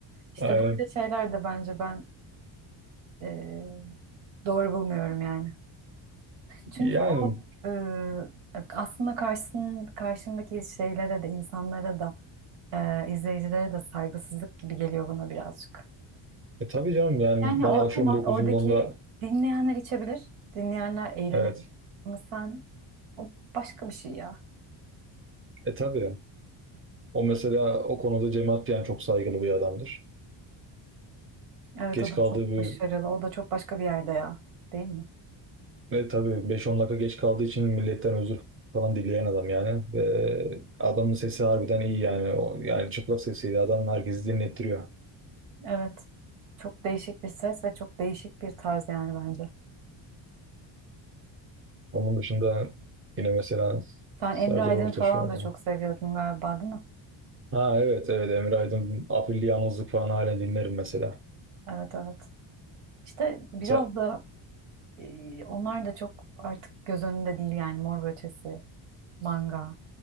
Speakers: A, on the right (about 85°); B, on the right (about 25°).
A: İşte
B: Aynen.
A: böyle şeyler de bence ben eee, doğru bulmuyorum yani. Çünkü
B: Yani
A: o eee, aslında karşısın, karşındaki şeylere de insanlara da eee, izleyicilere de saygısızlık gibi geliyor bana birazcık.
B: e, tabii canım yani
A: Yani
B: ben
A: o
B: akşam
A: tamam
B: dokuzundan
A: oradaki
B: da
A: dinleyenler içebilir, dinleyenler eğlenebilir
B: evet.
A: ama sen o başka bir şey ya.
B: E tabii. O mesela o konuda Cem Atlayan çok saygılı bir adamdır.
A: Evet
B: geç
A: o da
B: kaldığı
A: çok
B: bir
A: başarılı, o da çok başka bir yerde ya, değil mi?
B: ve tabii beş on dakika geç kaldığı için milletten özür falan dileyen adam yani. Ve adamın sesi harbiden iyi yani. O, yani çıplak sesiyle adam herkesi dinlettiriyor.
A: Evet. Çok değişik bir ses ve çok değişik bir tarz yani bence.
B: Onun dışında yine mesela
A: Sen
B: Serdar
A: Emre Aydın
B: Ortaç
A: falan
B: vardı.
A: da çok seviyordun galiba değil mi?
B: Ha evet evet Emre Aydın Afilli Yalnızlık falan hala dinlerim mesela.
A: Evet evet. İşte biraz
B: Sen,
A: da e, onlar da çok artık göz önünde değil yani Mor ve Ötesi, Manga,